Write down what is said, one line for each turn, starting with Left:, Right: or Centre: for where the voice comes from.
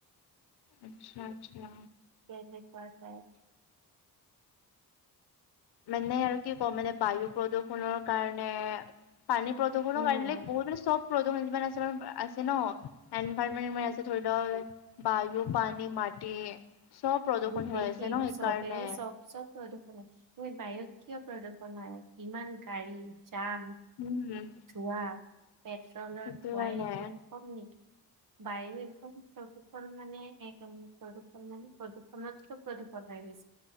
Left: আচ্ছা-আচ্ছা
Right: কেনেকুৱা টাইপ
Left: মানে আৰু কি কম মানে বায়ু প্ৰদূৰষণৰ কাৰণে পানী প্ৰদূষণ
Right: অ
Left: কাৰণে বহুতৰে চব প্ৰদূষণমান যিমান আছে বাৰু আছে ন এনৰমেটে আছে ধৰি লওক <unintelligible> বায়ু, পানী, মাটি চব প্ৰদূষণ
Right: গোটেই
Left: হৈ আছে
Right: সেই
Left: ন সেইকাৰণে
Right: চবে চব-চব প্ৰদূষণ ওইত বায়ুত কিয় প্ৰদূষণ হয়, ইমান গাড়ী জাম
Left: উম
Right: ধোঁৱা পেট্ৰলৰ
Left: সেইটো
Right: ধোৱাই
Left: কাৰণে
Right: সেইবোৰ কম নি? বায়ু একদম প্ৰদূষণ মানে এইকাৰণে প্ৰদূষণ মানে প্ৰদূষনতকেও প্ৰদূষণ হৈ গৈছে